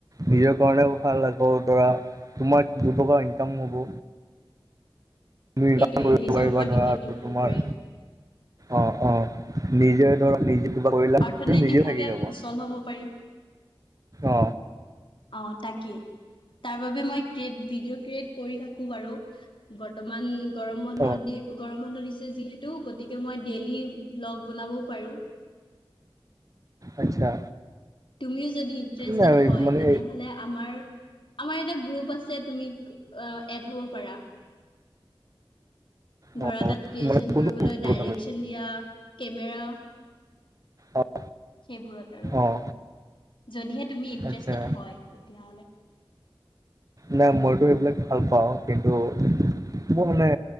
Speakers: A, on the right; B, on the left.
A: নিজৰ কাৰণেও ভাল লাগব দৰা তোমাৰ দুটকা ইনকাম হ'ব। <unintelligible>
B: সেইটোৱে নিজৰ
A: পাৰিবা
B: ওপৰত
A: ধৰা
B: ডিপেণ্ডিং হ'ব
A: তোমাৰ
B: পাৰি।
A: অ অ নিজে ধৰক নিজে কিবা কৰিল
B: অৰ্থনৈতিকভাৱে
A: নিজে ভাগি যাব
B: সুচল হ'ব পাৰিম।
A: অ
B: অ' তাকেই তাৰ বাবে মই ক্ৰিয়েট ভিডিঅ' ক্ৰিয়েট কৰি থাকো বাৰু। বৰ্তমান গৰম বন্ধ
A: অ
B: দি গৰম বন্ধ দিছে যিহেতু, গতিকে মই ডেইলি ভ্লগ বনাবও পাৰোঁ।
A: আচ্ছা
B: তুমিও যদি ইন্টাৰেষ্টেড
A: নাই
B: হয়
A: মানে
B: তেনেহ'লে, আমাৰ আমাৰ এটা গ্ৰুপ আছে তুমি এড হ'ব পাৰা।
A: অ
B: ধৰা তাত ক্ৰিয়েচন
A: মানে কোনটো
B: কৰিবলৈ ডাইৰেকচন দিয়া কেমেৰা।
A: অ
B: সেইবোৰত আৰু।
A: অ
B: যদিহে তুমি ইন্টাৰেষ্টেড
A: আচ্ছা
B: হয় তেতিয়াহলে।
A: নাই মইতো এইবিলাক ভাল পাওঁ। কিন্তু মোৰ মানে